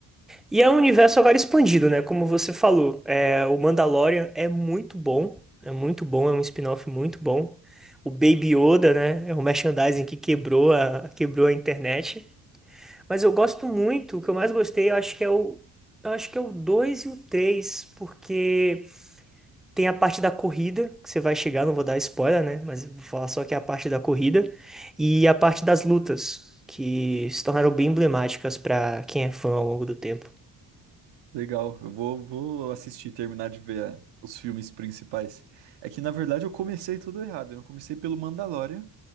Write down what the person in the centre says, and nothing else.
E é um universo agora expandido, né? Como você falou, é, o Mandalorian é muito bom, é muito bom, é um spin-off muito bom. O Baby Yoda, né? É um merchandising que quebrou a, quebrou a internet. Mas eu gosto muito, o que eu mais gostei, eu acho que é o, eu acho que é o 2 e o 3, porque tem a parte da corrida, que você vai chegar, não vou dar spoiler, né? Mas vou falar só que é a parte da corrida, e a parte das lutas, que se tornaram bem emblemáticas para quem é fã ao longo do tempo.